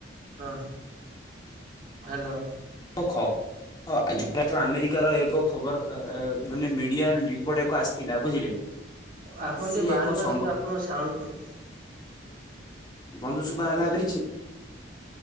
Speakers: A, on the right; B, on the left.
A: ହଁ ହେଲୋ
B: ହ ଆଜି ଆମେରିକାର ଏକ ଖବର ମାନେ ମିଡିଆ ରିପୋର୍ଟ ଏକ ଆସିଥିଲା ବୁଝିଲେ।
A: ଆପଣ
B: ସିଏ
A: ଟିକେ ବାହାରକୁ
B: ଏକ ସମ୍ବ
A: ଆସନ୍ତୁ ଆପଣଙ୍କ ସାଉଣ୍ଡ କ
B: ବନ୍ଧୁ ଶୁଭା ହେଲା କିଛି?